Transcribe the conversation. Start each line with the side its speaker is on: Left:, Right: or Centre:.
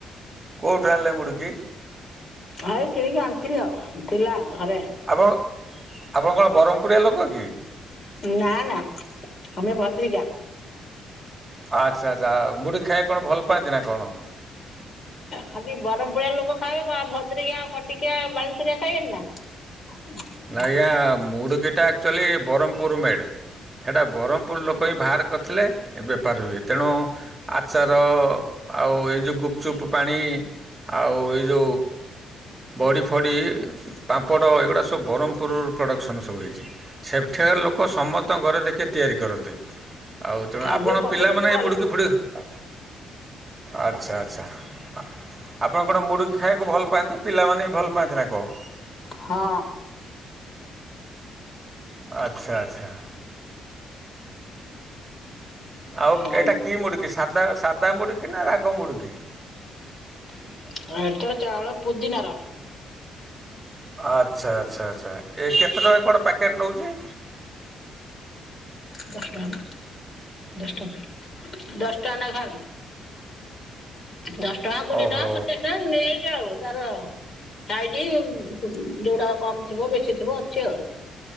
Right: କେଉଠାଣିଲେ ମୁଡ଼ୁକି
Left: ଭାଇ କିଣିକି ଆଣିଥିଲି ଆଉ ଥିଲା ଘରେ
Right: ଆପଣ ଆପଣ କଣ ବ୍ରହ୍ମପୁରଆ ଲୋକ କି
Left: ନା ନା ଆମେ ଭଦ୍ରିକା
Right: ଆଚ୍ଛା ଆଚ୍ଛା ମୁଡ଼ି ଖାଇବା କଣ ଭଲ ପାଆନ୍ତି ନା କଣ
Left: ଖାଲି ବରମ ପୁରିଆ ଲୋକ ଖାଇବେ ଆଉ ଭଦ୍ରିକା ଆଉ କଟିକିଆ ବାଲେଶରିଆ ଖାଇବେନି ନା ହ <unintelligible>
Right: ଆଜ୍ଞା ମୁଡକିଟା ଆଚୁଆଲି ବ୍ରହ୍ମପୁରରୁ ମେଡେ ସେଇଟା ବ୍ରହ୍ମପୁର ଲୋକ ହିଁ ବାହାର କରିଥିଲେ ଏ ବେପାର ହୁଏ ତେଣୁ ଆଚାର ଆଉ ଏଇ ଯ ଗୁପଚୁପ୍ ପାଣି ଆଉ ଏ ଯ ବଡ଼ିଫଡ଼ି ପାମ୍ପଡ଼ ଏଗୁଡ଼ା ତ ବ୍ରହ୍ମପୁରର ପ୍ରଡ଼କ୍ସନ୍ ସବୁ ହୋଇଇଛି ସେଠାରେ ଲୋକ ସମ ତଙ୍କ ଘରେ ଦେଖି ତିଆରି କରନ୍ତି ଆଉ ତେଣୁ
Left: ଏବେ
Right: ଆପଣ
Left: ସବୁ
Right: ପିଲାମାନେ
Left: ଲୋକ ଗଲେଣି
Right: ଏ ମୁଡ଼ିକି ଫୁଡ଼ି <unintelligible> ଆଚ୍ଛା ଆଚ୍ଛା ଆ। ଆପଣ କଣ ମୁଡ଼ିକି ଖାଇବାକୁ ଭଲ ପାଆନ୍ତି ପିଲାମାନେ ବି ଭଲ ପାଆନ୍ତି ନା କଣ।
Left: ହଁ।
Right: ଆଚ୍ଛା ଆଚ୍ଛା। ଆଉ
Left: ହଉ
Right: ଏଇଟା କି ମୁଡ଼ିକି ସାଧା ସାଧା ମୁଡ଼ୁିକି ନା ରାଗ ମୁଡ଼ୁିକି।
Left: <unintelligible> ଏଟା ଚାଉଳ ପୁଦିିନା ର।
Right: ଆଚ୍ଛା ଆଚ୍ଛା ଆଚ୍ଛା ଏ କେତେ ଟଙ୍କା କଣ ପ୍ୟାକେଟ୍ ନେଉଛି।
Left: ଦଶ ଟଙ୍କ ଦଶଟଙ୍କା ଦଶଟା ନେଖା <inaudible> ଦଶ ଟଙ୍କା କୋଡିଏ
Right: ଓହୋ
Left: ଟଙ୍କା ପଚିଶି ଟଙ୍କା ନେଇକି ଆଉ ତାର। ଖାଇକି ଯୋଉଟା କମ ଥିବ ବେଶୀ ଥିବ ଅଛି ଆଉ।